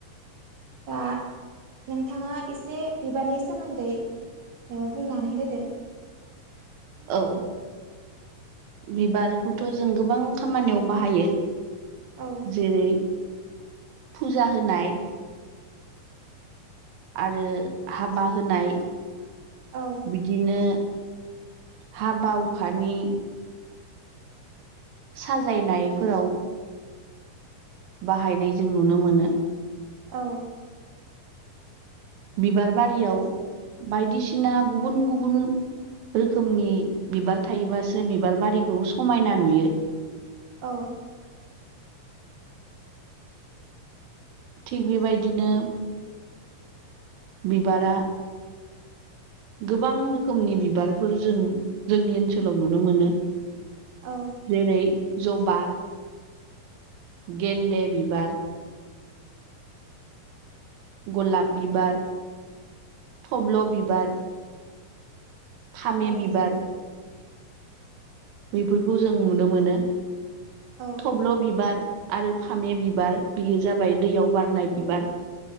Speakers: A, on the right; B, on the right.
A: दा नोंथाङा एसे बिबारनि सोमोन्दै बुंनानै होदो।
B: औ। बिबारखौथ' जों गोबां खामानियाव बाहायो।
A: औ
B: जेरै फुजा होनाय आरो हाबा होनाय
A: औ
B: बिदिनो हाबा उखानि साजायनायफोराव बाहायनाय जों नुनो मोनो।
A: औ।
B: बिबार बारियाव बायदिसिना गुबुन गुबुन रोखोमनि बिबार थायोबासो बिबार बारिखौ समायना नुयो।
A: औ
B: थिग बेबायदिनो बिबारा गोबां रोखोमनि बिबारफोर जों जोंनि ओनसोलाव नुनो मोनो।
A: औ
B: जेरै जबा गेन्दे बिबार। गलाप बिबार, थब्ल' बिबार, फामे
A: औ
B: बिबार बेफोरखौ जों नुनो मोनो।
A: औ
B: थबल' बिबार, आरो फामे बिबार बेयो जाबाय दैयाव बारनाय बिबार।